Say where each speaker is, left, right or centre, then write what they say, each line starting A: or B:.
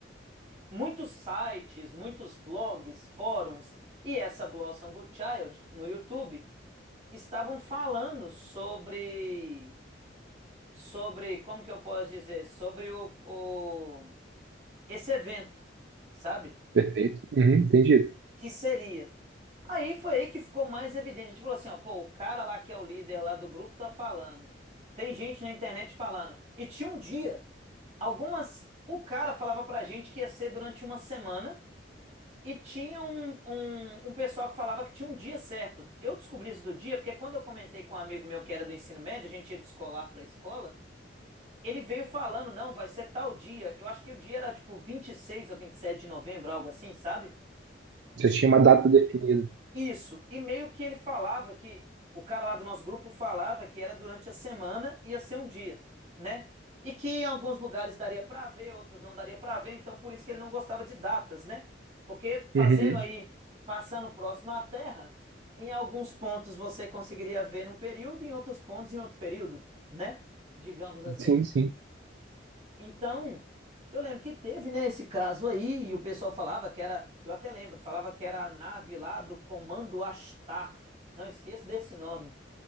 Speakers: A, on the right; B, on the right.
A: muitos sites, muitos blogs, fóruns e essa Blossom Goodchild no YouTube estavam falando sobre sobre como que eu posso dizer, sobre o, o esse evento, sabe?
B: Perfeito. Uhum, entendido.
A: Que seria. Aí foi aí que ficou mais evidente. A gente falou assim, ó, pô, o cara lá que é o líder lá do grupo tá falando. Tem gente na internet falando. E tinha um dia, algumas o cara falava pra gente que ia ser durante uma semana E tinha um, um, um pessoal que falava que tinha um dia certo. Eu descobri isso do dia, porque quando eu comentei com um amigo meu que era do ensino médio, a gente ia de escolar para a escola, ele veio falando, não, vai ser tal dia. Eu acho que o dia era tipo 26 ou 27 de novembro, algo assim, sabe?
B: Você tinha uma data definida.
A: Isso, e meio que ele falava que o cara lá do nosso grupo falava que era durante a semana, ia ser um dia, né? E que em alguns lugares daria pra ver, outros não daria pra ver, então por isso que ele não gostava de datas, né? Porque fazendo
B: Uhum.
A: aí, passando próximo à Terra, em alguns pontos você conseguiria ver num período, em outros pontos em outro período, né? Digamos assim.
B: Sim, sim.
A: Então, eu lembro que teve, né, esse caso aí, e o pessoal falava que era, eu até lembro, falava que era a nave lá do Comando Astar. Não esqueço desse nome.